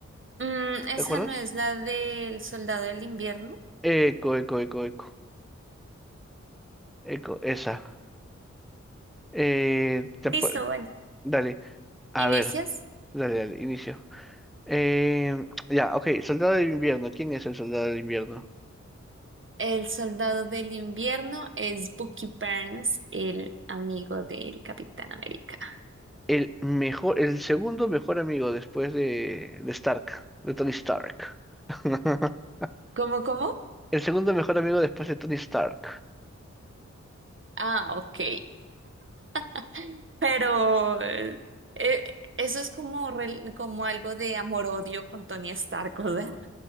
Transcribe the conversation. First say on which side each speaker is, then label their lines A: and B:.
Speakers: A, on the right; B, in the centre.
A: Mm, esa
B: ¿Te acuerdas?
A: no es la del soldado del invierno.
B: Eco, eco, eco, eco. Eco, esa. Eh, te
A: Listo,
B: ap-
A: vale.
B: dale, a
A: ¿Inicias?
B: ver, dale, dale, inicio. Eh, ya, ok, Soldado del Invierno. ¿Quién es el Soldado del Invierno?
A: El soldado del invierno es Bucky Barnes, el amigo del Capitán América.
B: el mejor, el segundo mejor amigo después de, de Stark, de Tony Stark. <laughs>
A: ¿Cómo, cómo?
B: El segundo mejor amigo después de Tony Stark.
A: Ah, ok. <laughs> Pero eh, eh, eso es como, rel- como algo de amor-odio con Tony Stark, o sea.